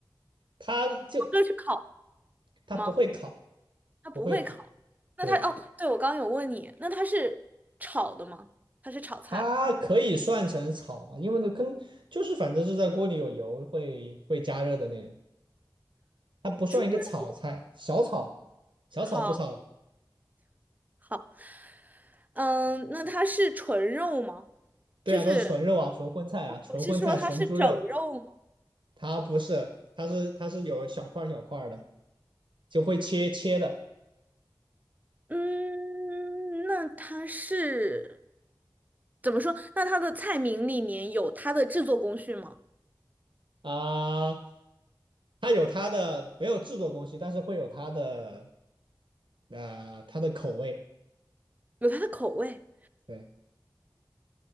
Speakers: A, on the right; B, on the right.
A: 他就
B: 就是烤
A: 他不会烤，
B: 吗？它不会烤。
A: 不会烤，
B: 那它哦，
A: 对，
B: 对，我刚刚有问你，那它是炒的吗？它是炒菜，
A: 它可以算成炒吧，因为那跟就是反正是在锅里有油会会加热的那种，它不算一个炒菜，
B: 猪肉。
A: 小炒，小炒不炒的，
B: 好，好，嗯，那它是纯肉吗？
A: 对啊，
B: 就是
A: 它是纯肉啊，纯荤菜啊，纯荤菜，
B: 我是说它是整肉吗？
A: 纯猪肉，它不是，它是它是有小块儿小块儿的，就会切切的。
B: 嗯，那它是怎么说？那它的菜名里面有它的制作工序吗？
A: 啊、它有它的没有制作工序，但是会有它的呃它的口味。
B: 有它的口味？
A: 对，